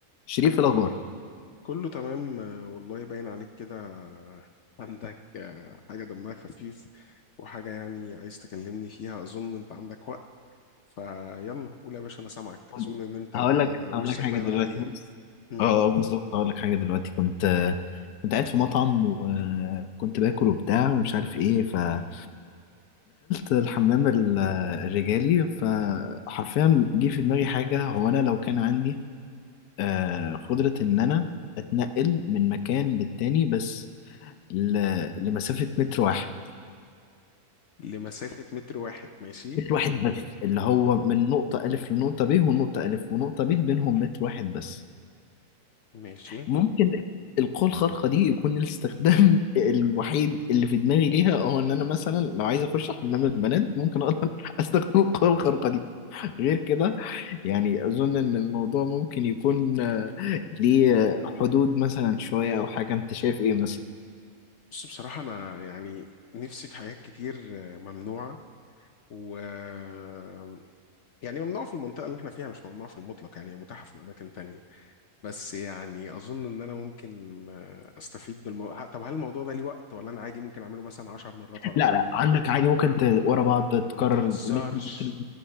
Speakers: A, on the left; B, on the left.
A: شريف في الاخبار
B: كله تمام آه، والله باين عليك كده آه، عندك آه، حاجة دمها خفيف وحاجة يعني عايز تكلمني فيها أظن أنت عندك وقت فيلا قول يا باشا أنا سامعك
A: قول.
B: أظن إن أنت
A: هقول لك
B: وشك
A: هقول لك حاجه
B: باين
A: دلوقتي
B: عليه
A: بص
B: يعني مم.
A: اه آه، بالظبط هقول لك حاجه دلوقتي كنت آه، كنت قاعد في مطعم وكنت باكل وبتاع ومش عارف ايه فدخلت الحمام ال- آه، الرجالي فحرفيا جه في دماغي حاجه هو انا لو كان عندي آه، قدره ان انا اتنقل من مكان للتاني بس ل- لمسافه متر واحد
B: لمسافة متر واحد ماشي
A: متر واحد بس اللي هو من نقطه الف لنقطه ب ونقطه الف ونقطه ب بينهم متر واحد بس
B: ماشي
A: ممكن القوة الخارقة دي يكون الاستخدام <laughs> الوحيد اللي في دماغي ليها هو ان انا مثلا لو عايز اخش حمام البنات ممكن اقدر <laughs> استخدم القوة الخارقة دي غير كده يعني اظن ان الموضوع ممكن يكون <laughs> آه، ليه آه، حدود مثلا شوية او حاجة انت شايف ايه مثلا
B: بص بصراحة أنا يعني نفسي في حاجات كتير آه، ممنوعة و آه، يعني ممنوعة في المنطقة اللي احنا فيها مش ممنوعة في المطلق يعني متاحة في أماكن تانية بس يعني اظن ان انا ممكن آه، استفيد بالموضوع طب هل الموضوع ده ليه وقت ولا انا عادي ممكن اعمله مثلا 10 مرات ورا
A: لا
B: بعض
A: لا عندك عادي ممكن ت... ورا بعض تكرر
B: ما تهزرش
A: متر متر